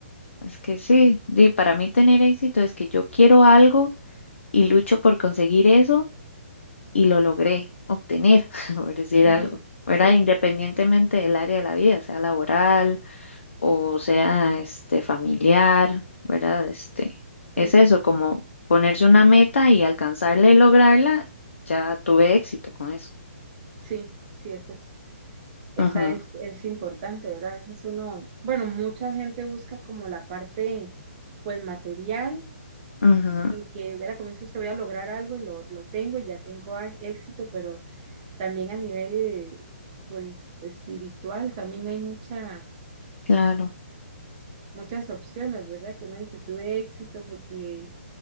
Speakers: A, on the left (about 60°); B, on the right (about 30°).
A: es que sí, di, para mí tener éxito es que yo quiero algo y lucho por conseguir eso y lo logré obtener, <laughs> por decir
B: ujú,
A: algo, ¿verdad?
B: Sí,
A: Independientemente del área de la vida, sea laboral o sea, este, familiar, ¿verdad? Este,
B: sí,
A: es eso, como ponerse una meta y alcanzarla y lograrla, ya tuve éxito con eso.
B: sí, sí, esa es, esa
A: Ujú,
B: es, es importante, ¿verdad? A veces uno, bueno, mucha gente busca como la parte, pues, material
A: ujú,
B: en que era como dice usted, voy a lograr algo y lo, lo tengo y ya tengo a- éxito, pero también a nivel, pues, espiritual, también hay muchas,
A: claro,
B: muchas opciones, ¿verdad? Que uno dice, tuve éxito porque,